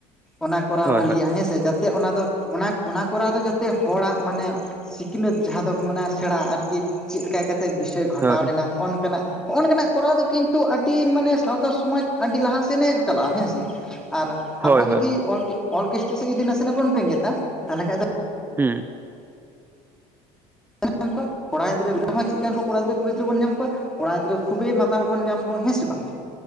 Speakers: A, in the centre; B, on the right.
A: ᱚᱱᱟ ᱠᱚᱨᱟᱣ
B: ᱦᱳᱭ
A: ᱵᱷᱟᱹᱞᱤᱭᱟ
B: ᱦᱳᱭ
A: ᱦᱮᱸᱥᱮ ᱡᱟᱛᱮ ᱚᱱᱟ ᱫᱚ ᱚᱱᱟ ᱚᱱᱟ ᱠᱚᱨᱟᱣ ᱫᱚ ᱡᱟᱛᱮ ᱦᱚᱲᱟᱜ ᱢᱟᱱᱮᱼᱼ ᱥᱤᱠᱷᱱᱟᱹᱛ ᱡᱟᱦᱟᱸ ᱫᱚᱠᱚ ᱢᱮᱱᱟ ᱥᱮᱬᱟ ᱟᱨᱠᱤ ᱪᱮᱫ ᱞᱮᱠᱟ ᱠᱟᱛᱮᱫ ᱵᱤᱥᱚᱭ ᱜᱷᱚᱴᱟᱣ
B: ᱦᱳᱭ
A: ᱞᱮᱱᱟ ᱦᱚᱜᱼᱚ ᱱᱚᱝᱠᱟᱱᱟᱜᱼᱼ ᱦᱚᱜᱼᱚ ᱱᱚᱝᱠᱟᱱᱟᱜ ᱠᱚᱨᱟᱣ ᱫᱚ ᱠᱤᱱᱛᱩ ᱟᱹᱰᱤ ᱢᱟᱱᱮ ᱥᱟᱶᱛᱟ ᱥᱚᱢᱟᱡᱽ ᱟᱹᱰᱤ ᱞᱟᱦᱟ ᱥᱮᱱᱮ ᱪᱟᱞᱟᱜᱼᱟ ᱦᱮᱸᱥᱮ ᱟᱨ
B: ᱦᱳᱭ
A: ᱟᱵᱚ
B: ᱦᱳᱭ ᱦᱳᱭ
A: ᱡᱩᱫᱤ ᱚᱱᱠᱤ ᱚᱱᱠᱥᱴᱤᱥᱤ ᱱᱟᱥᱮᱱᱟᱜ ᱵᱚᱱ ᱵᱮᱸᱜᱮᱫᱟ ᱛᱟᱦᱚᱞᱮ ᱠᱷᱟᱡ ᱫᱚ
B: ᱦᱩᱸ
A: <unintelligible> ᱧᱟᱢ ᱠᱚᱣᱟ ᱠᱚᱲᱟ ᱜᱤᱫᱽᱨᱟᱹ ᱠᱚᱲᱟ ᱦᱚᱸ ᱪᱮᱫ ᱠᱟᱱ ᱠᱚᱲᱟ ᱜᱤᱫᱽᱨᱟᱹ ᱠᱩᱲᱤ ᱜᱤᱫᱽᱨᱟᱹ ᱵᱚᱱ ᱧᱟᱢ ᱠᱚᱣᱟ ᱠᱚᱲᱟ ᱜᱤᱫᱽᱨᱟᱹ ᱠᱷᱩᱵᱮᱭ ᱢᱟᱛᱟᱞ ᱵᱚᱱ ᱧᱟᱢ ᱠᱚᱣᱟ ᱦᱮᱸ ᱥᱮ ᱵᱟᱝ